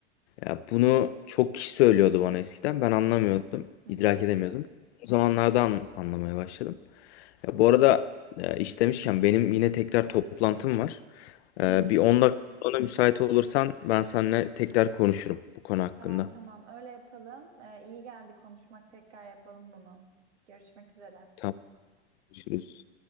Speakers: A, on the left; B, on the right.
A: Ya bunu çok kişi söylüyordu bana eskiden. Ben anlamıyordum,
B: Hı
A: idrak
B: hı.
A: edemiyordum. O zamanlardan anlamaya başladım. Ya bu arada e, iş demişken benim yine tekrar toplantım var.
B: Hmm.
A: E, bir 10 dakika sonra müsait olursan ben seninle tekrar konuşurum bu konu hakkında.
B: Tamam tamam öyle yapalım. E, iyi geldi konuşmak tekrar yapalım bunu. Görüşmek üzere.
A: Tamam, görüşürüz.